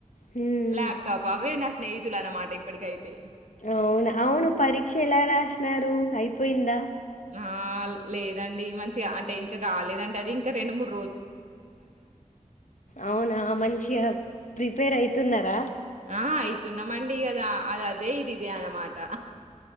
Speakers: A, on the left; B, on the right.
A: హ్మ్
B: ల్యాప్టాప్ అవే నాకు స్నేహితులు అన్నమాట ఇప్పటికైతే
A: అవును అవును పరీక్ష ఎలా రాసినారు అయిపోయిందా
B: ఆ లేదండి మంచిగా అంటే ఇంకా కాలేదండి అది ఇంకా రెండు మూడు
A: అవునా మంచిగా ప్రిపేర్ అయితున్నారా
B: ఆ అయితున్నమండిగద అది అదే ఇది ఇదే అన్నమాట